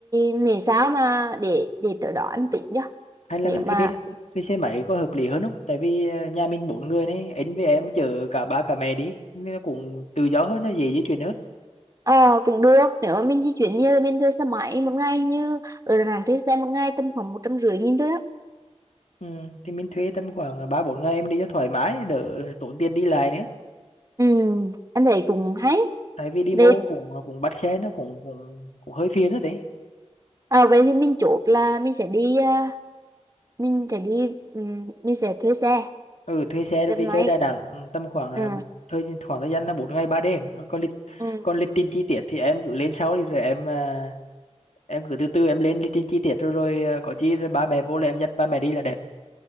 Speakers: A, on the right; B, on the left.
A: miễn sao mà để để tới đó em tính nhá
B: hay là
A: nếu
B: mình
A: mà
B: thuê thuê xe máy có hợp lý hơn không tại vì ờ, nhà mình bốn người này anh với em chở cả ba cả mẹ đi nên nó cũng tự do hơn nó dễ di chuyển hơn
A: Ờ cũng được nếu mà mình di chuyển như là mình thuê xe máy một ngày như ở Đà Nẵng thuê xe một ngày tầm khoảng một trăm rưỡi nghìn thôi đó
B: ừ, thì mình thuê tầm khoảng ờ, ba bốn ngày mình đi cho thoải mái đỡ tốn tiền đi lại nữa
A: ừ anh thấy cũng hay
B: tại vì đi
A: vậy
B: bộ cũng ờ, cũng bắt xe nó cũng cũng cũng hơi phiền đó đấy
A: à, vậy thì mình chốt là mình sẽ đi à, mình sẽ đi ừm, mình sẽ thuê xe
B: ừ thuê xe
A: xe
B: rồi đi
A: máy
B: chơi Đà Nẵng ừ, tầm khoảng là
A: ừ
B: bu- thời khoảng thời gian là bốn ngày ba đêm Ừ, còn lịch
A: ừ
B: còn lịch trình chi tiết thì em cứ lên sau đi rồi em à, em cứ từ từ em lên lịch trình chi tiết rồi rồi à, có chi rồi ba mẹ vô là em dắt ba mẹ đi là đẹp